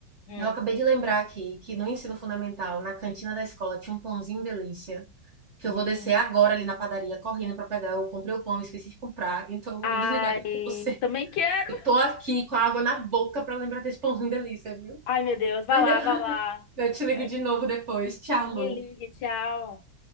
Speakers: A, on the left; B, on the right.
A: né?
B: Eu acabei de lembrar aqui que no ensino fundamental, na cantina da escola, tinha um pãozinho delícia. que
A: Hum,
B: eu vou descer
A: hum.
B: agora ali na padaria correndo para pegar. Eu comprei o pão, esqueci de comprar, então eu vou
A: Ai,
B: desligar aqui com você.
A: também quero.
B: Eu tô aqui com a água na boca para lembrar desse pãozinho delícia, viu?
A: Ai, meu Deus, vai
B: Mas
A: lá,
B: eu <laughs>
A: vai lá.
B: eu te ligo
A: É,
B: de novo depois. Tchau, Lu.
A: Me ligue, tchau.